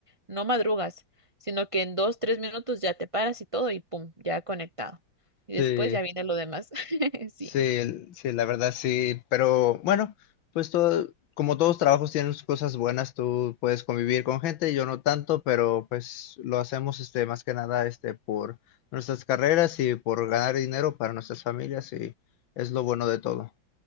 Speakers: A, on the right; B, on the left.
A: no madrugas, sino que en dos, tres minutos ya te paras y todo y pum, ya conectado. Y
B: Sí.
A: después ya viene lo demás. <laughs> Sí.
B: Sí, sí, la verdad sí, pero bueno, pues todo, como todos trabajos tienen sus cosas buenas, tú puedes convivir con gente, yo no tanto, pero pues lo hacemos este más que nada este por nuestras carreras y por ganar dinero para nuestras familias y es lo bueno de todo,